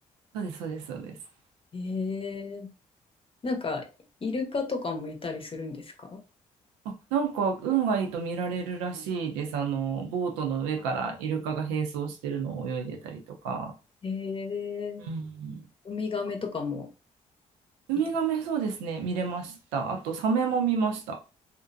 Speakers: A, on the right; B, on the left.
A: そうです、そうです、そうです。
B: ええなんか、イルカとかもいたりするんですか
A: あ、なんか運がいいと見られるらしいです。あの、ボートの上からイルカが並走してるのを泳いでたりとか。
B: ええ
A: うん
B: ウミガメとかも
A: ウミガメ、
B: いた。
A: そうですね、見れました。あと、サメも見ました。